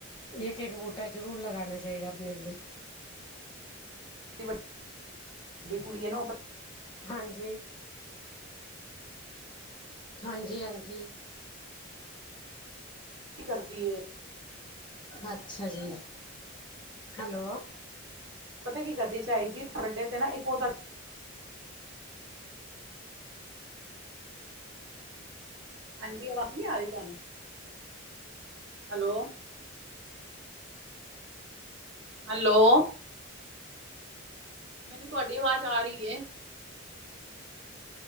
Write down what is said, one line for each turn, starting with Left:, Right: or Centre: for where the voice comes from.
Left: ਏ ਇੱਕ ਇੱਕ ਬੂਟਾ ਜ਼ਰੂਰ ਲਗਾਣਾ ਚਾਹੀਦਾ ਆਪਣੇ-ਆਪਣੇ
Right: ਵੱਡੀ ਕੁੜੀ ਐ ਨਾ ਉਹ
Left: ਹਾਂਜੀ, ਹਾਂਜੀ-ਹਾਂਜੀ
Right: ਕੀ ਕਰਦੀ ਏ
Left: ਅੱਛਾ ਜੀ, ਹੈਲੋ
Right: ਪਤਾ ਕੀ ਕਦੇ ਚਾਈ ਜੀ ਤੁਹਾਡੇ ਤੇ ਨਾ ਇੱਕੋ <inaudible> ਹਾਂਜੀ ਅਵਾਜ਼ ਨੀ ਆ ਰੀ ਤੁਹਾਨੂੰ। ਹੈਲੋ ਹੈਲੋ ਮੈਨੂੰ ਤੁਹਾਡੀ ਆਵਾਜ਼ ਆ ਰਹੀ ਏ।